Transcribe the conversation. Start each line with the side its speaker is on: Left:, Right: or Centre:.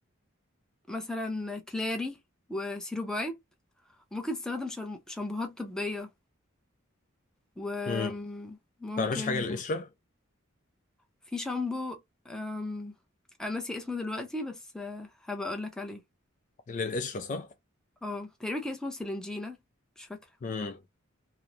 Centre: مثلا كلاري وسيرو بايب ممكن تستخدم شرم- شامبوهات طبية وممكن
Left: مم. تعرفيش حاجة للقشرة؟
Centre: في شامبو آم، انا ناسي اسمه دلوقتي بس آه، هبقى اقولك عليه
Left: للقشرة صح؟
Centre: اه تقريبا كان اسمه سيلينجينا مش فاكرة
Left: مم.